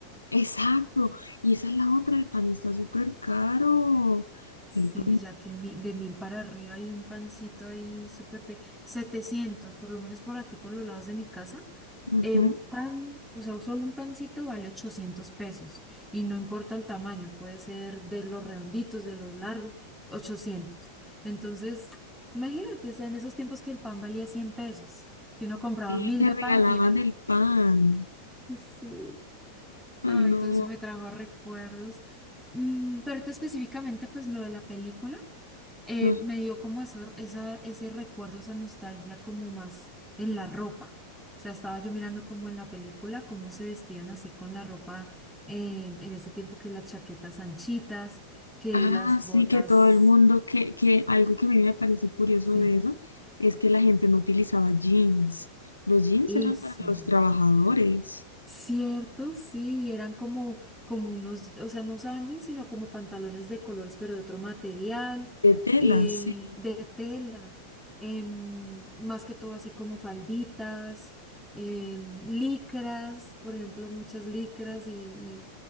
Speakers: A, on the left (about 80°); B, in the centre.
A: Exacto, y esa es la otra, el pan está súper caro,
B: Sí,
A: el pan,
B: ya que mi- de mil para arriba hay un pancito ahí súper pe- 700, por lo menos por aquí, por los lados de mi casa.
A: ujú.
B: eh, un pan, o sea, solo un pancito vale 800 pesos y no importa el tamaño, puede ser de los redonditos, de los largos, ochocientos Entonces, imagínate, o sea, en esos tiempos que el pan valía 100 pesos, que uno compraba
A: Sí,
B: mil
A: que
B: de
A: regalaban
B: pan y era,
A: el pan.
B: <laughs> sí,
A: No,
B: ay, todo eso me trajo recuerdos. Mm, pero ahorita específicamente, pues lo de la película eh,
A: no.
B: me dio como eso, esa, ese recuerdo, esa nostalgia como más en la ropa. O sea, estaba yo mirando como en la película, cómo se vestían así con la ropa eh, en ese tiempo que las chaquetas anchitas, que
A: Ah,
B: las
A: sí
B: botas,
A: que todo el mundo, que, que algo que a mí me parece curioso
B: sí,
A: de eso es que la gente no utilizaba jeans. Los jeans
B: eso.
A: eran para los trabajadores,
B: Cierto, sí, eran como, como unos, o sea, no usaban jeans, sino como pantalones de colores, pero de otro material,
A: de tela,
B: eh,
A: sí.
B: de tela, em, más que todo así como falditas, em, licras, por ejemplo, muchas licras y, y,